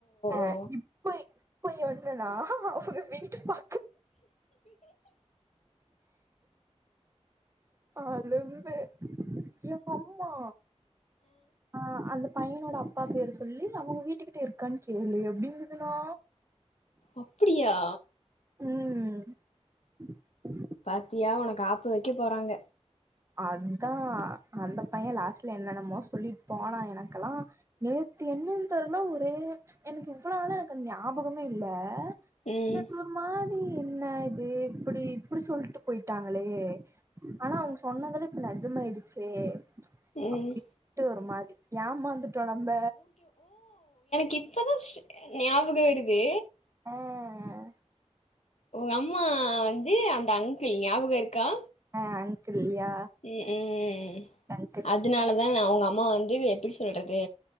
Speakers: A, on the right (about 25°); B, on the left (about 75°).
A: அ
B: ஓ
A: இப்போய் போய் ஒன்னுனா அவங்க வீட்டு பா அளும்பு எங்கம்மா ஆ அந்தப் பையனோட அப்பா பேரு சொல்லி அவங்க வீட்டுக்கிட்ட இருக்கா கேலு எப்டிங்துனா
B: அப்டியா
A: உம் ம்
B: பாத்தியா உனக்கு ஆப்பு வைக்க போறாங்க
A: அதுதா அந்த பைய லாஸ்ட்ல என்னனமோ சொல்ட்டு போனா எனக்கெல்லா நேத்து என்னன்னு தெர்ல ஒரே எனக்கு இவ்வோள நால எனக்கு அந் ஞாபகமே இல்ல
B: ம்
A: நேத்து ஒரு மாறி என்ன இது இப்டி இப்டி சொல்ட்டு போயிட்டாங்களே ஆனா அவ்ங்ஸ் சொன்னதடு இப்ப நஜம ஆயிடுச்சே
B: ம்
A: அப்டி ட்டு ஒரு மாரி ஏமாந்துட்டோ நம்ப
B: கிப்பதா ஸ் ஞாபக வருது
A: அஹ்
B: உங் அம்மான் இ அந்த அங்கிள் ஞாவகோ இருக்கா
A: ஆ அங்கிள்யா
B: ம் உம்
A: அங்கிள்
B: அதனாலதா அவ்ங்க அம் அம்மா வந்து எப்டி சொல்றது